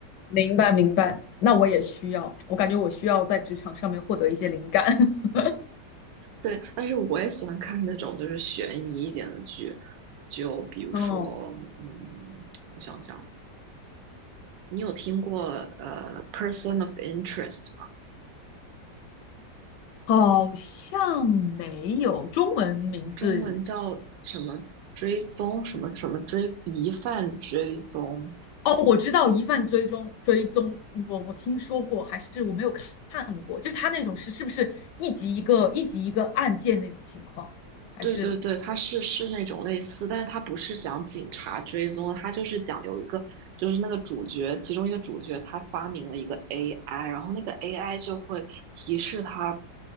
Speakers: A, on the left (about 75°); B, on the right (about 80°).
A: 明白明白。那我也需要，我感觉我需要在职场上面获得一些灵感。<laughs>
B: 对，但是我也喜欢看那种就是悬疑一点的剧，就比如说，
A: 哦，
B: 嗯，我想想。你有听过呃 person of interest 吗？
A: 好像没有中文名字
B: 中文叫什么追踪什么什么追疑犯追踪
A: 哦，我知道疑犯追踪追踪，我我听说过，还是我没有看过，就是他那种是是不是一集一个一集一个案件那种情况，还是
B: 对对对，它是是那种类似，但是它不是讲警察追踪的，它就是讲有一个，就是那个主角，其中一个主角他发明了一个 AI，然后那个 AI 就会提示他